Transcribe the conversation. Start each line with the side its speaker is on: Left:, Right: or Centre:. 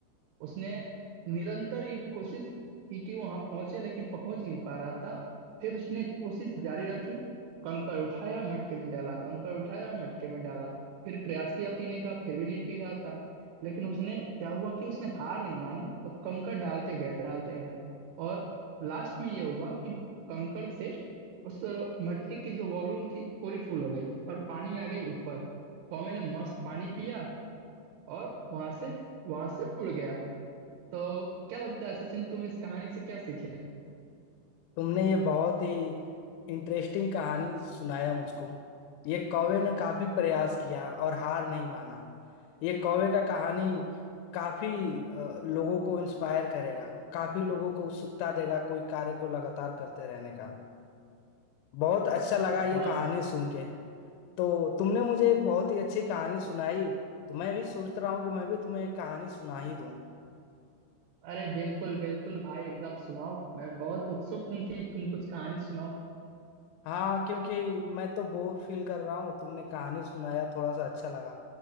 Right: उसने निरंतर ये कोशिश की कि वहां पहुंचे लेकिन पहुंच नहीं पा रहा था फिर उसने कोशिश जारी रखी कंकड़ उठाया मटके में डाला कंकड़ उठाया मटके में डाला फिर प्रयास किया पीने का फिर भी नहीं पी रहा था लेकिन उसने क्या हुआ कि उसने हार नहीं मानी और कंकड़ डालते गया डालते गया और लास्ट में ये हुआ कि कंकड़ से उस मटके की जो वॉल्यूम थी पूरी फुल हो गई और पानी आ गई ऊपर कौवे ने मस्त पानी पिया और वहां से वहां से उड़ गया तो क्या लगता है सचिन तुम इस कहानी से क्या सीखे
Left: तुमने ये बहुत ही इंटरेस्टिंग कहानी सुनाया मुझको ये कौवे ने काफी प्रयास किया और हार नहीं माना ये कौवे का कहानी काफी अ, लोगों को इंस्पायर करेगा काफी लोगों को उत्सुकता देगा कोई कार्य को लगातार करते रहने का बहुत अच्छा लगा
Right: हाँ
Left: ये कहानी
Right: हाँ
Left: सुन के तो तुमने मुझे एक बहुत ही अच्छी कहानी सुनाई तो मैं भी सोच रहा हूँ कि मैं भी तुम्हें एक कहानी सुना ही दूँ
Right: अरे बिल्कुल बिल्कुल भाई एकदम सुनाओ मैं बहुत उत्सुक हूँ कि तुम कुछ कहानी सुनाओ
Left: हाँ क्योंकि मैं तो बोर फील कर रहा हूँ तुमने कहानी सुनाया थोड़ा सा अच्छा लगा